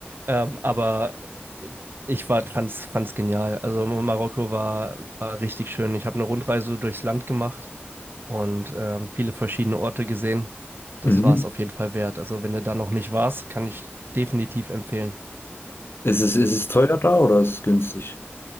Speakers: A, on the right; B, on the left.
A: ähm, aber ich war, fand es, fand es genial. Also Marokko war, war richtig schön. Ich habe eine Rundreise durchs Land gemacht und ähm, viele verschiedene Orte gesehen. Das
B: Mhm.
A: war es auf jeden Fall wert. Also wenn du da noch nicht warst, kann ich definitiv empfehlen.
B: Ist es, ist es teuer da oder ist es günstig?